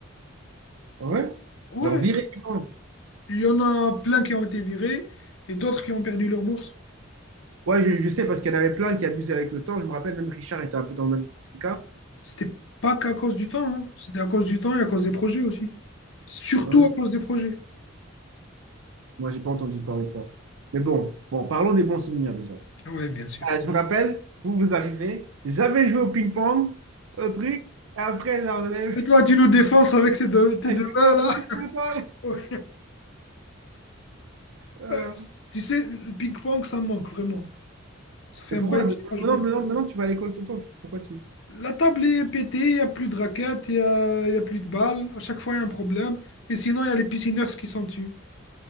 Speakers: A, on the right; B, on the left.
A: ouais.
B: Ouais,
A: Genre virer du camp.
B: il y en a plein qui ont été virés et d'autres qui ont perdu leur bourse.
A: Ouais, je, je sais parce qu'il y en avait plein qui abusaient avec le temps. Je me rappelle, même Richard était un peu dans le même cas.
B: C'était pas qu'à cause du temps, hein. C'était à cause du temps et à cause des projets aussi. Surtout
A: Ouais.
B: à cause des projets.
A: Moi, j'ai pas entendu parler de ça. Mais bon, bon, parlons des bons souvenirs déjà.
B: Ouais, bien sûr.
A: Ah, je vous rappelle, vous vous arrivez, j'avais joué au ping-pong, au truc, et après, genre, vous avez-
B: Et
A: <laughs>
B: toi, tu nous défenses avec tes deux, tes
A: elle
B: deux
A: m'a
B: mains,
A: défoncé
B: là?
A: <laughs> tout le temps.
B: Ouais.
A: Euh,
B: Euh, Tu sais, le ping-pong, ça me manque vraiment. Ça fait
A: mais
B: un
A: pourquoi?
B: bail
A: mais-
B: que je n'ai pas
A: Maintenant,
B: joué.
A: maintenant, maintenant, tu vas à l'école tout le temps. tu- Pourquoi tu...
B: La table est pétée, il n'y a plus de raquettes, il n'y a, y a plus de balles. À chaque fois, il y a un problème. Et sinon, il y a les piscineurs qui sont dessus.